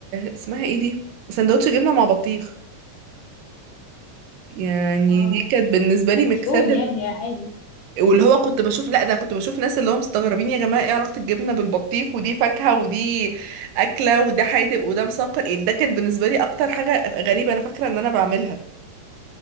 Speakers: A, on the right; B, on the left.
A: اسمها ايه دي سندوتش جبنه مع بطيخ يعني
B: اه
A: دي كانت بالنسبه لي
B: المفروض
A: ميكسات
B: يعني عادي
A: واللي هو كنت بشوف لا ده كنت بشوف ناس اللي هم مستغربين يا جماعه ايه علاقه الجبنه بالبطيخ ودي فاكهه ودي اكله وده حادق وده مسكر ايه ده كان بالنسبه لي اكتر حاجه غريبه انا فاكره ان انا بعملها